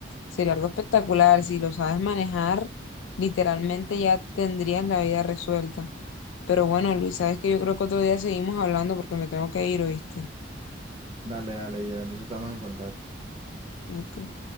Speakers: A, on the left; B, on the right.
A: sería algo espectacular. Si lo sabes manejar, literalmente ya tendrías la vida resuelta. Pero bueno, Luis, sabes que yo creo que otro día seguimos hablando porque me tengo que ir, ¿oíste?
B: Dale, dale, Yera, entonces estamos en contacto.
A: Ok.